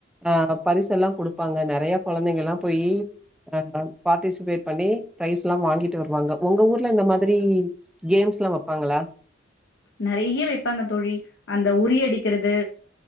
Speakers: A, in the centre; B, on the left.
A: ஆஹ் பரிசெல்லா குடுப்பாங்க நெறைய குழந்தைங்கெல்லா போயி அஹ் பார்ட்டிசிபேட் பண்ணி பிரைஸ் எல்லா வாங்கிட்டு வருவாங்க உங்க ஊர்ல இந்த மாதிரி கேம்ஸ்லா வப்பாங்களா
B: நெறைய வைப்பாங்க தோழி அந்த உறி அடிக்கிறது